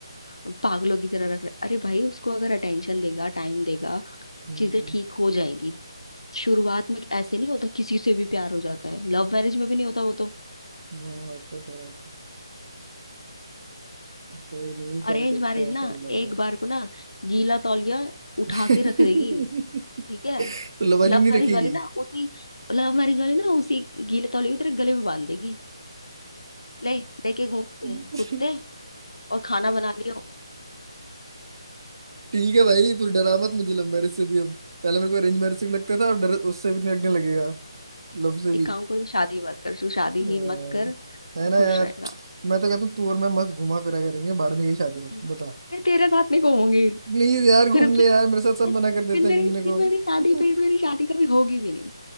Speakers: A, on the left (about 80°); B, on the right (about 50°).
A: अम, पागलों की तरह रख रहा है अरे भाई उसको अगर अटेंशन देगा टाइम देगा
B: हम्म,
A: चीजें ठीक हो जाएगी शुरुआत में ऐसे नहीं होता किसी से भी प्यार हो जाता है लव मैरिज में भी नहीं होता वो तो
B: हाँ, वो तो है कोई नहीं चल
A: अरेंज
B: देखते
A: मैरिज
B: हैं
A: ना
B: कर ही लेंगे
A: एक बार को ना गीला तौलिया उठा
B: <laughs>
A: के रख देगी ठीक है
B: तो लवाली
A: लव
B: नहीं
A: मैरिज
B: रखेगी
A: वाली ना उसी लव मैरिज वाली ना उसी गीले तौलिया की तरह गले में बांध देगी ले लेके घूमते
B: <laughs>
A: हैं कुत्ते और खाना बना लियो
B: ठीक है भाई तू डरा मत मुझे लव मैरिज से भी अब पहले मेरे को अरेंज मैरिज से भी लगता था अब डर उससे भी लगने लगेगा लव से
A: एक
B: भी
A: काम कर तू शादी मत कर तू शादी
B: हाँ,
A: ही मत कर तू
B: है ना
A: खुश
B: यार
A: रहेगा
B: मैं तो कहता हूँ तू और मैं मस्त घुमा फिरा करेंगे भाड़ में यही शादी है
A: हम्म।
B: बता
A: मैं तेरे साथ नहीं घूमूंगी
B: प्लीज यार घूम
A: फिर फिर
B: ले यार मेरे साथ सब
A: मैं-
B: मना कर
A: फिर
B: देते
A: मेरी
B: हैं घूमने
A: फिर
B: को
A: मेरी शादी फिर
B: <laughs>
A: मेरी शादी कभी होगी भी नहीं